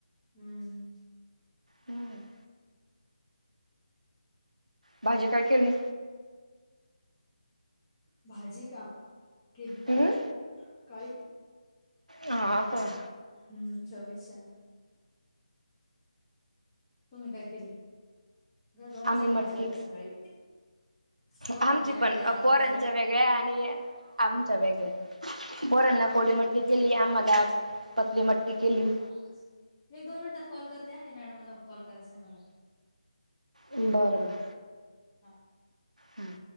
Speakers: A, on the left; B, on the right.
A: हम्म.
B: हम्म. भाजी काय केली?
A: भाजी का? केली काळी,
B: हम्म
A: काळी
B: हा
A: हे
B: का?
A: हम्म, शेवग्याची शेंगा. तुम्ही काय केलत? दोन,
B: आम्ही
A: चार भाज्या
B: मटकी
A: होत्या सकाळी. पोरांच्या
B: आमची
A: वेगळ्या
B: पण
A: आपल्या
B: पोरांच्या वेगळ्या आणि आमच्या वेगळ्या पोरांना कोरडी मटकी केली,
A: हो
B: आम्हाला पतली मटकी केली.
A: <unintelligible> मी एक, दोन मिनिटात कॉल करते हा, ते मॅडमला कॉल करायचंय मला.
B: बरं बरं.
A: हा
B: हम्म.